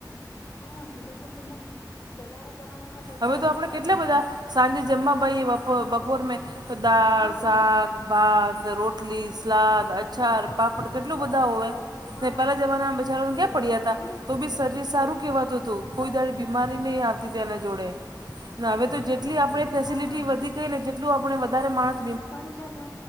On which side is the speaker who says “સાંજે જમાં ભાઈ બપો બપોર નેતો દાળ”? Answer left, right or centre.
Right